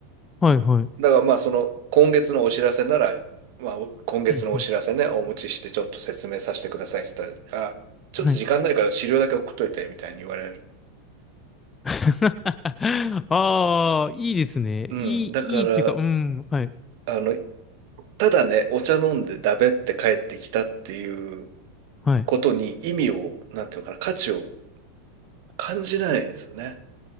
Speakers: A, on the left; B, on the right.
A: はいはい。
B: だからまあ、その、今月のお知らせなら、まあ、今月のお知らせね、
A: うんうん。
B: お持ちしてちょっと説明させてくださいって言ったら、あ、ちょっと時間ないから資料だけ送っといて、
A: はい。
B: みたいに言われる。
A: <laughs> ああ、いいですね。
B: うん。
A: いい、
B: だから、
A: いいっていうか、うん、はい、
B: あの、ただね、お茶飲んでだべって帰ってきたっていう
A: はい。
B: ことに意味を、なんていうのかな、価値を感じないですよね。